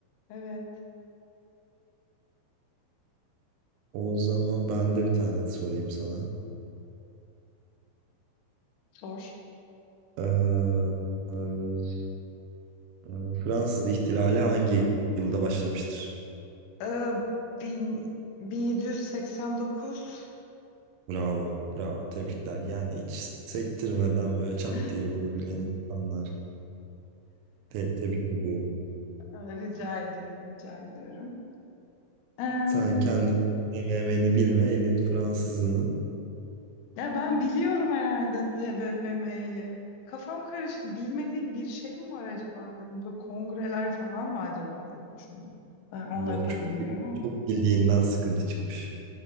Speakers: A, on the left; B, on the right.
A: Evet.
B: O zaman ben de bir tane sorayım sana.
A: Sor.
B: Ee, e, e, Fransız ihtilali hangi yılda başlamıştır?
A: Ee, bin, 1789.
B: Bravo, bravo. Tebrikler. Yani hiç sektirmeden böyle çat
A: <laughs>
B: diye bunu bilen insanlar. Te- tebrik ediyorum.
A: Aa, Rica ediyorum, rica ediyorum. Em,
B: Sen kendi MM'ni bilme, elin Fransızının
A: ya ben biliyorum herhalde TBMM'yi. Kafam karıştı. Bilmediğim bir şey mi var acaba dedim. Böyle kongreler falan mı acaba diye düşündüm. Ben onları
B: yok
A: da
B: çok,
A: bilmiyorum ama.
B: çok bildiğinden sıkıntı çıkmış.